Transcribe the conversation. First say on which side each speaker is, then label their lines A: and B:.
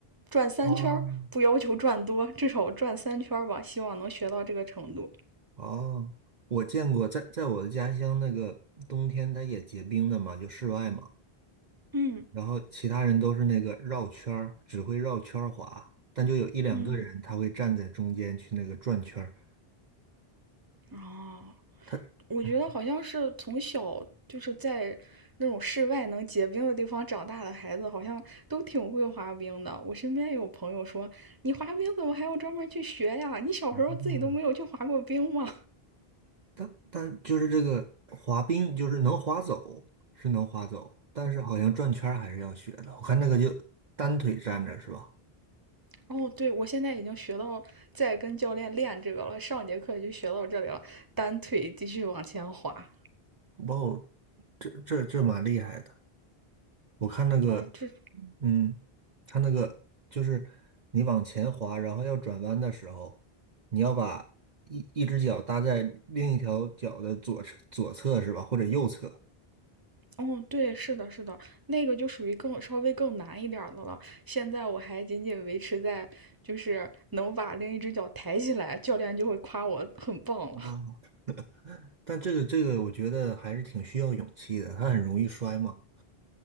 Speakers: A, on the right (about 20°); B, on the right (about 50°).
A: 转三圈不要求转多，
B: 哦，
A: 至少转三圈吧，希望能学到这个程度。
B: 哦。我见过在在我的家乡那个冬天它也结冰的嘛，就室外嘛。
A: 嗯
B: 然后其他人都是那个绕圈儿，只会绕圈儿滑，但就有一两个人他会站在中间去那个转圈儿。
A: 嗯，哦，
B: 他，
A: 我觉得好像是从小就是在那种室外能结冰的地方长大的孩子，
B: 嗯，
A: 好像都挺会滑冰的。我身边有朋友说：“你滑冰怎么还要专门去学呀？你小时候自己都没有去滑过冰吗？”
B: 哦，但但就是这个滑冰，就是能滑走是能滑走，但是好像转圈儿还是要学的。我看那个就单腿站着是吧？
A: <laughs> 哦，对，我现在已经学到在跟教练练这个了，上节课就学到这里了，单腿继续往前滑。
B: 哇哦，这这这蛮厉害的。我看那个，
A: 哦，这
B: 嗯，它那个就是你往前滑，然后要转弯的时候，你要把一一只脚搭在另一条脚的左侧左侧是吧，或者右侧。
A: 嗯，对，是的，是的，那个就属于更稍微更难一点儿的了。现在我还仅仅维持在就是能把另一只脚抬起来，教练就会夸我很棒了。
B: 哦但这个这个，我觉得还是挺需要勇气的，它很容易摔嘛。